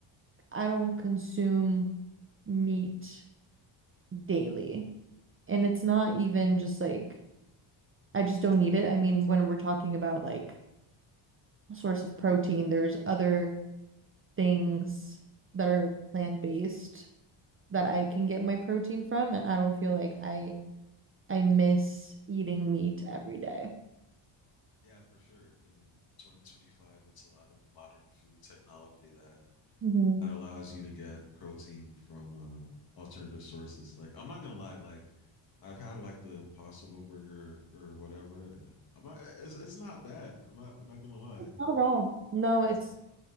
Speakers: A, on the right (about 25°); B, on the left (about 45°).
A: I don't consume meat daily. And it's not even just like I just don't need it. I mean, when we're talking about like a source of protein, there's other things that are plant-based that I can get my protein from, and I don't feel like I I miss eating meat every day.
B: Yeah, for sure. In 2025, it's a lot of modern food technology that
A: hmm
B: that allows you to get protein from uh, alternative sources. Like I'm not gonna lie, like I've had like the Impossible Burger or or whatever. I'm not. It's it's not bad. I'm not. I'm not gonna lie.
A: Not
B: It,
A: at all. No, it's
B: it's,